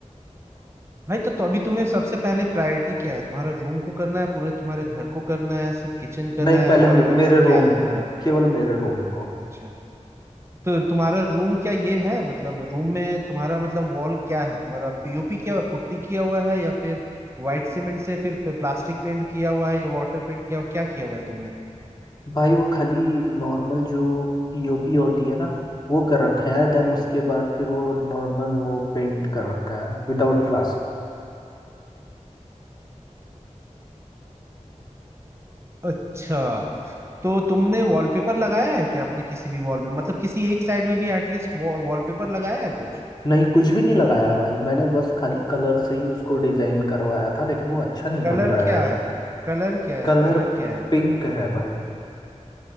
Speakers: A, on the right; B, on the left.
A: भाई तो, तो अभी तुम्हें सबसे पहले प्रायोरिटी क्या है तुम्हारा रूम को करना है पूरे तुम्हारे घर को करना है सिर्फ किचन करना
B: नहीं पहले
A: है हॉल
B: मे- मेरे
A: करना है
B: रोम
A: क्या है
B: को
A: मतलब
B: केवल मेरे रोम को
A: अच्छा तो तुम्हारा रूम क्या ये है मतलब रूम में तुम्हारा मतलब वॉल क्या है तुम्हारा पीओपी क्या हुआ पुट्टी किया हुआ है या फिर व्हाइट सीमेंट से फिर प्लास्टिक पेंट किया हुआ है या वाटर पेंट किया हुआ क्या किया हुआ है तुमने
B: भाई वो खाली नॉर्मल जो पीओपी होती है ना वो कर रखा है देन
A: हम्म
B: उसके बाद फिर वो नॉर्मल वो पेंट कर रखा है विदाउट फ्लास
A: अच्छा तो तुमने वॉलपेपर लगाया है क्या आपने किसी भी वॉल में मतलब किसी एक साइड में भी एटलीस्ट वॉलपेपर लगाया है कुछ
B: नहीं कुछ भी नहीं लगाया भाई मैंने बस खाली कलर से ही उसको डिजाइन करवाया था लेकिन वो अच्छा नहीं
A: कलर
B: लग रहा है
A: क्या
B: यार
A: है कलर क्या है
B: कलर
A: कलर क्या है
B: पिंक है भाई